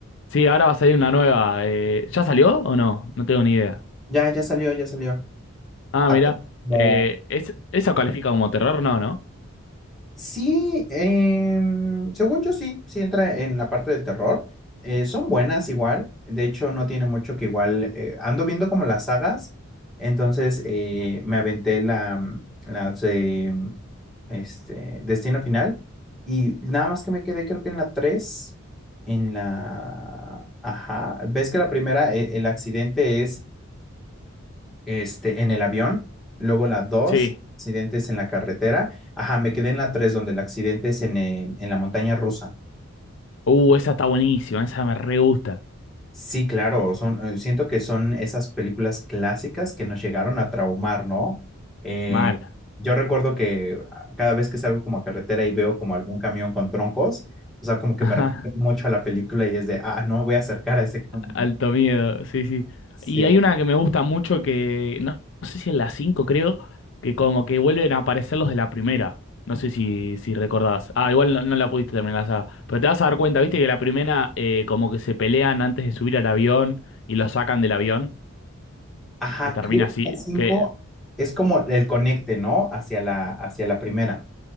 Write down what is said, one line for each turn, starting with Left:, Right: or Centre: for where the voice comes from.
Left: Sí, ahora va a salir una nueva. eh, ¿ya salió o no? No tengo ni idea.
Centre: Ya, ya salió, ya salió.
Left: Ah,
Centre: A
Left: mira.
Centre: Como,
Left: Eh, ¿es, ¿eso califica como terror? No, ¿no?
Centre: sí, em, según yo sí, sí entra en la parte del terror. Eh, son buenas igual, de hecho no tiene mucho que igual, eh, ando viendo como las sagas, entonces eh, me aventé la, mm, las de mm, este, Destino Final y nada más que me quedé creo que en la tres en la... Ajá, ves que la primera, eh, el accidente es este, en el avión, luego la dos
Left: Sí.
Centre: accidentes en la carretera. Ajá, me quedé en la 3 donde el accidente es en, eh, en la montaña rusa.
Left: Uh, esa está buenísima, esa me re gusta.
Centre: Sí, claro, son, eh, siento que son esas películas clásicas que nos llegaron a traumar, ¿no? Eh,
Left: Mal.
Centre: yo recuerdo que ah, cada vez que salgo como a carretera y veo como algún camión con troncos, o sea, como que
Left: <laughs>
Centre: me recuerda mucho a la película y es de, ah, no me voy a acercar a ese camión.
Left: Alto miedo, sí, sí.
Centre: Sí.
Left: Y hay una que me gusta mucho que, no, no sé si en la cinco creo, que como que vuelven a aparecer los de la primera. No sé si, si recordás. Ah, igual no, no la pudiste terminar la saga. Pero te vas a dar cuenta, viste, que la primera eh, como que se pelean antes de subir al avión y lo sacan del avión,
Centre: Ajá,
Left: que termina
Centre: creo que
Left: así.
Centre: la 5
Left: Que,
Centre: es como el conecte, ¿no? Hacia la, hacia la primera.